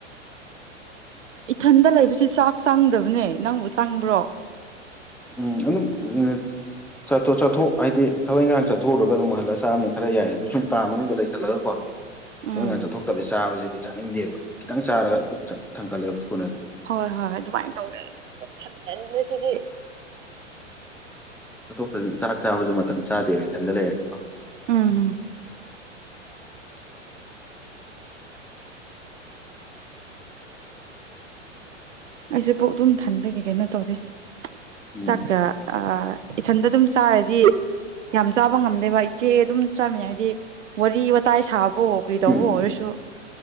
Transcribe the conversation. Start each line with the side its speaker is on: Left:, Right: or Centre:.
Right: ꯏꯊꯟꯗ ꯂꯩꯕꯁꯦ ꯆꯥꯛ ꯆꯪꯗꯕꯅꯦ ꯅꯪꯕꯨ ꯆꯪꯕ꯭ꯔꯣ
Centre: ꯎꯝ ꯑꯗꯨꯝ ꯑꯥ ꯆꯠꯊꯣ ꯆꯠꯊꯣꯛ ꯍꯥꯏꯗꯤ ꯊꯕꯛ ꯏꯪꯈꯥꯡ ꯆꯠꯊꯣꯛꯎꯔꯒ ꯗꯨꯝ ꯍꯜꯂ ꯆꯥꯝꯅꯤ ꯈꯔ ꯌꯥꯏ ꯑꯗꯨ ꯁꯨꯝ ꯀꯥ ꯃꯅꯨꯡꯗ ꯂꯩꯁꯜꯂꯒ ꯀꯣ
Right: ꯎꯝ
Centre: <unintelligible> ꯆꯠꯊꯣꯛꯇꯕꯩ ꯆꯥꯕꯁꯤꯗꯤ ꯆꯥꯅꯤꯡꯗꯦꯕ ꯈꯤꯇꯪ ꯆꯥꯔꯒ ꯄꯨꯛ ꯊ ꯊꯟꯒꯠꯂꯦ ꯊꯨꯅ
Right: ꯍꯣꯏ ꯍꯣꯏ ꯍꯣꯏ ꯑꯗꯨꯃꯥꯏ ꯇꯧꯋꯦ ꯑꯩꯁꯨ ꯄꯨꯛ ꯊꯟꯒꯟꯕꯁꯤꯗꯤ
Centre: ꯆꯊꯣꯛꯇ꯭ꯔꯁꯨ ꯆꯥꯛ ꯆꯥꯕꯁꯨ ꯃꯇꯝ ꯆꯥꯗꯦꯕ ꯏꯊꯟꯇ ꯂꯩꯔꯗꯤ
Right: ꯎ ꯎꯝ ꯑꯩꯁꯨ ꯄꯨꯛ ꯑꯗꯨꯨꯝ ꯊꯟꯕꯒꯤ ꯀꯩꯅꯣ ꯇꯧꯗꯦ
Centre: ꯎꯝ
Right: ꯆꯥꯛꯀ ꯑꯥ ꯏꯊꯟꯗ ꯑꯗꯨꯝ ꯆꯥꯔꯗꯤ ꯌꯥꯝ ꯆꯥꯕ ꯉꯝꯗꯦꯕ ꯏꯆꯦ ꯑꯗꯨꯝ ꯆꯥꯃꯤꯟꯅꯔꯗꯤ ꯋꯥꯔꯤ ꯋꯥꯇꯥꯏ ꯁꯥꯞ ꯑꯣ ꯀ꯭ꯔꯤ ꯇꯧꯕ
Centre: ꯎꯝ
Right: ꯑꯣꯏꯔꯁꯨ